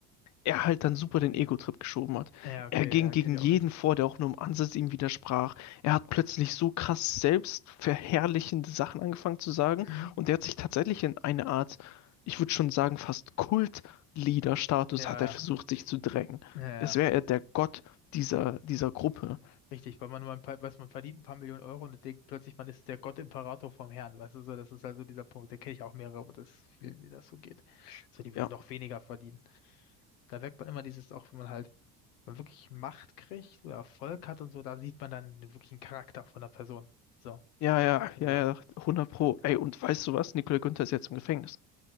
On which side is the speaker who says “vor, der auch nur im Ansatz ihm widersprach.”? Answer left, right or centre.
Left